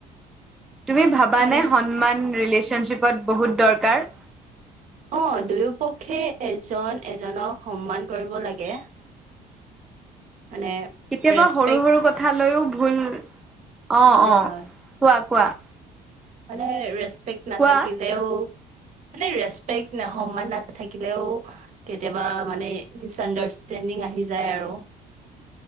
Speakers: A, in the centre; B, on the right.
A: তুমি ভাবানে
B: আৰু
A: সন্মান ৰিলেচনশ্বিপত বহুত দৰকাৰ?
B: অ দুয়ো পক্ষে এজন এজনক সন্মান কৰিব লাগে। মানে
A: কেতিয়াবা
B: ৰেচপেক্ট
A: সৰু সৰু কথা লৈও ভুল অ অ
B: হয়, হয়,
A: কোৱা কোৱা
B: মানে ৰেচপেক্ট নথাকিলেও
A: কোৱা
B: মানে ৰেচপেক্ট না সন্মান নাথাকিলেও কেতিয়াবা মানে মিচ আণ্ডাৰষ্টেণ্ডিং আহি যায় আৰু।